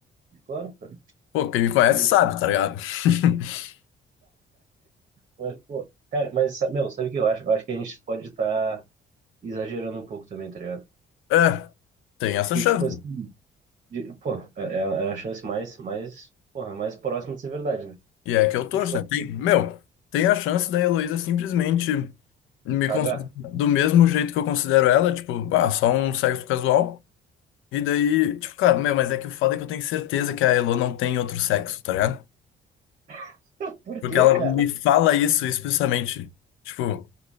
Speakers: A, on the right (about 40°); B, on the left (about 90°).
A: claro, cara.
B: Pô, quem me conhece
A: E aí, tipo,
B: sabe, tá ligado? <laughs>
A: mas, pô, cara, mas, sa- meu, sabe o que eu acho? Eu acho que a gente pode estar exagerando um pouco também, tá ligado?
B: É, tem essa
A: E,
B: chance.
A: tipo, assim, de- pô, é, é a é a chance mais, mais, porra, mais próxima de ser verdade, né?
B: E é que eu torço,
A: E, tipo, assim,
B: né? Tem, meu, tem a chance da Heloísa simplesmente me
A: cagar.
B: considerar do mesmo jeito que eu considero ela, tipo, ah, só um sexo casual. E daí, tipo, cara, meu, mas é que o foda é que eu tenho certeza que a Elo não tem outro sexo, tá ligado?
A: <laughs> Por
B: Porque
A: quê,
B: ela
A: cara?
B: me fala isso explicitamente. Tipo,